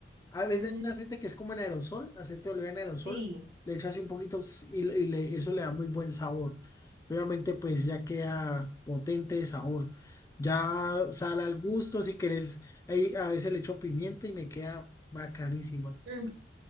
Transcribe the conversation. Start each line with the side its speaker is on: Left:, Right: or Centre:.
Left: A
Right: mm,
Left: venden un aceite que es como en aerosol, aceite de oliva en aerosol.
Right: sí.
Left: Le echo así un poquito ps, y, y le- eso le da muy buen sabor. Obviamente, pues ya queda potente de sabor. Ya sal al gusto, si querés. ahí a veces le echo pimienta y me queda bacanísima.
Right: Mm,